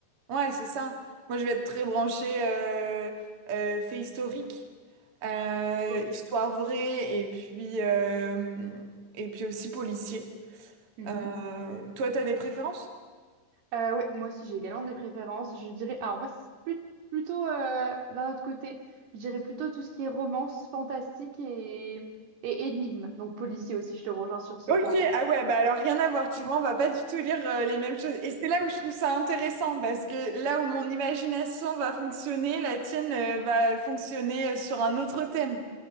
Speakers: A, on the right; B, on the right.
A: ouais, c'est ça. Moi, je vais être très branchée euh, euh, fait historique, euh,
B: Ok.
A: histoire vraie, et puis euh, et puis aussi policier.
B: Mhm.
A: Euh, toi, t'as des préférences?
B: Euh, oui, moi aussi j'ai également des préférences. Je dirais, alors moi c'est plus- plutôt euh, d'un autre côté, je dirais plutôt tout ce qui est romance, fantastique et, et énigme, donc policier aussi, je te rejoins sur ce
A: Ok,
B: point.
A: ah ouais, bah alors rien à voir, tu
B: Mm.
A: vois, on va pas du tout lire euh, les mêmes choses. Et c'est là où je trouve ça intéressant, parce que là où mon imagination va fonctionner, la tienne euh, va fonctionner euh, sur un autre thème.